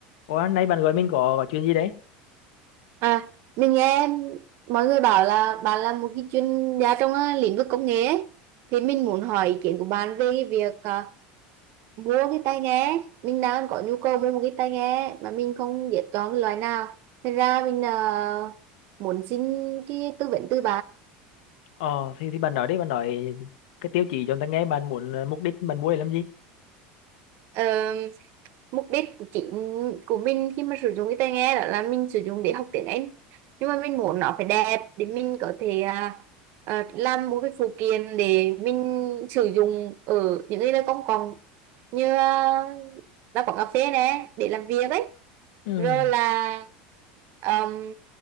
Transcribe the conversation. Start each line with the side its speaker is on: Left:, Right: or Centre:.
Left: Ủa, nãy bạn gọi mình có có chuyện gì đấy?
Right: À, mình nghe mọi người bảo là bạn là một cái chuyên gia trong ờ, lĩnh vực công nghệ ấy. Thì mình muốn hỏi ý kiến của bạn về cái việc à, mua cái tai nghe. Mình đang có nhu cầu mua một cái tai nghe mà mình không biết chọn cái loại nào. Thế ra mình ờ, muốn xin cái tư vấn từ
Left: Ờ, thì thì bạn nói đi, bạn nói cái tiêu chí cho người ta nghe bạn muốn ờ, mục đích bạn mua để làm gì?
Right: bạn. mục đích chính của mình khi mà sử dụng cái tai nghe đó là mình sử dụng để học tiếng Anh nhưng mà mình muốn nó phải đẹp để mình có thể à, à, làm một cái phụ kiện để mình sử dụng ở những cái nơi công cộng như uh, là quán cà phê nè để làm việc ấy
Left: Ừ,
Right: rồi là um,